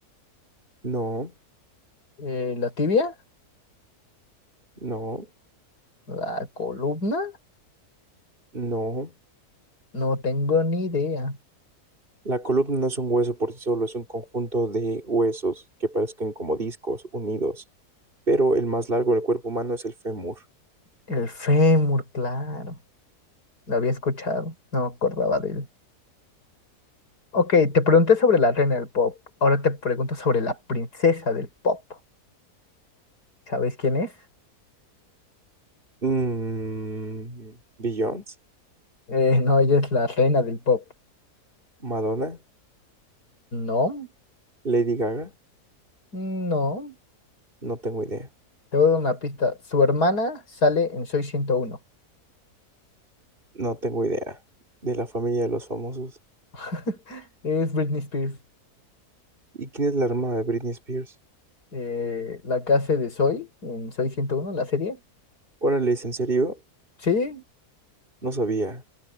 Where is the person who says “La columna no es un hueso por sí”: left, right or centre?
Right